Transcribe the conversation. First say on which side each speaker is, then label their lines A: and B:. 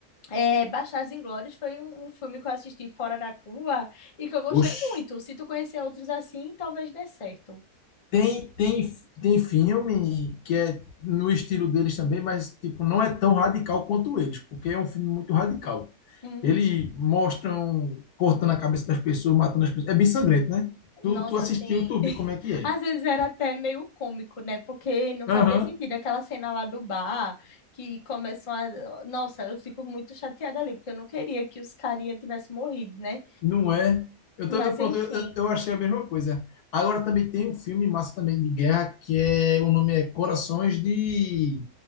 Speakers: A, on the left; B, on the left.
A: é, Bastardos Inglórios foi um, um filme que eu assisti fora da curva e que eu gostei
B: Oxi.
A: muito. Se tu conhecer outros assim, talvez dê certo.
B: Tem, tem, tem filme que é no estilo deles também, mas tipo, não é tão radical quanto eles, porque é um filme muito radical.
A: Uhum.
B: Ele mostram cortando a cabeça das pessoas, matando as pessoas. É bem sangrento, né? Tu,
A: Nossa,
B: tu assistiu,
A: assim,
B: tu viu como é que é.
A: às vezes era até meio cômico, né? Porque não
B: Aham,
A: fazia sentido aquela cena lá do bar que começam a. Nossa, eu fico muito chateada ali, porque eu não queria que os carinha tivessem morrido, né?
B: não é. Eu,
A: Mas
B: tô, eu, pronto,
A: enfim,
B: eu, eu achei a mesma coisa. Agora também tem um filme massa também de guerra que é, o nome é Corações de